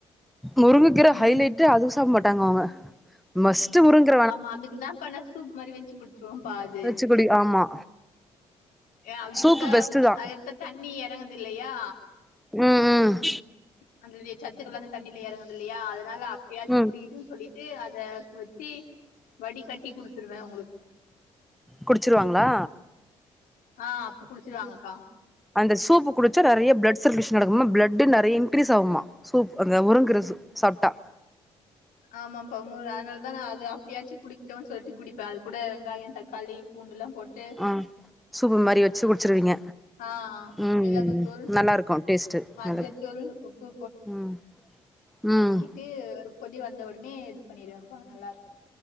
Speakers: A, in the centre; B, on the left.
A: முருங்கக்கிர
B: ம்.
A: ஹைலைட்டு அது சாப் மாட் தங்குவாங்க மஸ்ட்டு முருங்க
B: ஆமா அதுக்கு தா பண்ண சூப் மாரி வெச்சு குடுத்துருவோம் பா அது
A: வச்சுக்குடி ஆமா
B: அப்டி
A: சூப்பு
B: குடுத்தா
A: பெஸ்ட்டு தா
B: அது எடுத்த தண்ணி இறங்குது இல்லையா
A: ம் ம்
B: அதனுடைய சத்துக்கள் லா அந்த தண்ணியில இறங்குது இல்லையா அதனால அப்டியாச்சு
A: ம்
B: குடிகிட்டுன் சொல்லிட் அத வச்சு வடி கட்டி குடுத்துருவ அவுங்களுக்
A: குடிச்சுருவாங்ளா
B: ஆ அப்ப குடிச்சுருவாங்கக்கா
A: அந்த சூப்பு குடிச்சா நறைய பிளட்சர்குலேஷன் நடக்குமா பிளாட் நறைய இன்கிரீஸ் ஆகுமா சூப் அந்த முருங்கீர சூப் சாப்ட்டா
B: ஆமாப்பா மு அதனாலதா நா அது அப்டியாச்சு குடிக்ட்டுன் சொல்ட்டு குடிப்ப அது கூட வெங்காயம் தக்காளி பூண்டு எல்லா போட்
A: ஆ சூப்பு மாரி வச்சு குடிச்சுருவீங்க
B: ஆ
A: ம்
B: மிளகுத்தூள்,
A: ம் நல்லா இருக்கு டேஸ்ட்டு
B: மஞ்சத்தூள்,
A: நல்ல
B: உப்பு
A: ம் ம்
B: ட்டு ஒரு கொதி வந்த உடனே இது பண்ணிருவேன்ம்பா நல்லா இருக்கு